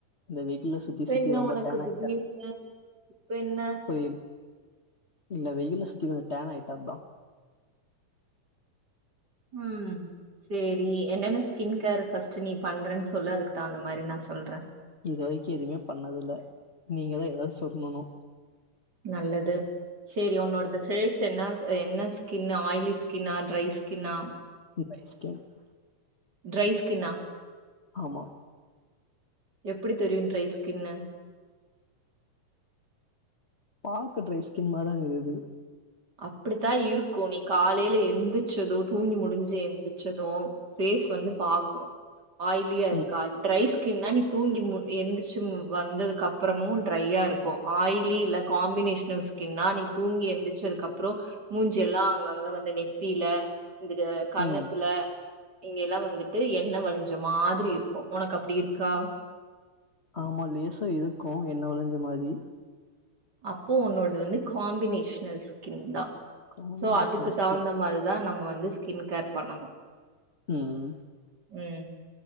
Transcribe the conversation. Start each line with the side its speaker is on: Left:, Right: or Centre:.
Left: இந்த வெயி யிலே சுத்தி
Right: இப்ப
Left: சுத்தி
Right: என்ன
Left: ரொம்ப
Right: உனக்கு
Left: டேன் ஆயிட்டே
Right: திடீர்னு இப்ப என்ன
Left: புரியல இல்ல வெயில்ல சுத்தி கொஞ்சொ டேன் ஆயிட்டா அதா
Right: ம் சோரி என்னென்ன ஸ்கின் கேர் ஃபஸ்ட் நீ பண்றன் சொல்லு அதுக்கு தகுந்த மாரி நா சொல்றே
Left: இது வரைக்கு எதுவுமே பண்ணதில்ல நீங்கதா எதாவ் சொல்லணு
Right: நல்லது சரி உன்னோடது ஃபேஸ் என்ன அ என்ன ஸ்கின்னு ஆயிலி ஸ்கின்னா ட்ரை ஸ்கின்னா
Left: <unintelligible>
Right: ட்ரை ஸ்கின்னா
Left: ஆமா
Right: எப்டி தெரியு ட்ரை ஸ்கின்னு
Left: பாக்க ட்ரை ஸ்கின் மாரிதாருக்குது
Right: அப்டித்தா இருக்கும் நீ காலையில எந்திரச்சதும் தூங்கி முடிஞ்சு எந்திரிச்சதும் ஃபேஸ் வந்து பாக்கணும் ஆய்லியா இருக்கா
Left: ம்
Right: ட்ரை ஸ்கின்னா நீ தூங்கி மு எந்திரிச்சி வந்ததுக்கப்பறமு ட்ரையாருக்கு ஆயிலே இல்ல காம்பினேஷனல்ஸ் கின்னா நீ தூங்கி எந்தி ச்சதுக்கப்புறோ மூஞ்சியெல்லா அங்கங்க வந்து நெத்தில இந்த க கன்னத்துல
Left: ம்
Right: இங்கெல்லா வந்துட்டு எண்ண வழிஞ்ச மாதிரி இருக்கு உனக்கு அப்டி இருக்கா
Left: ஆமா லேசா இருக்கு எண்ண வழுஞ்ச மாரி
Right: அப்போ உன்னோடது வந்து காம்பினேஷனல் ஸ்கின் தா
Left: காம்பினேஷன்
Right: சோ அதுக்கு
Left: ஸ்கின்
Right: தகுந்த மார்தா நம்ம வந்து ஸ்கின் கேர் பண்ணனு
Left: ம்
Right: ம்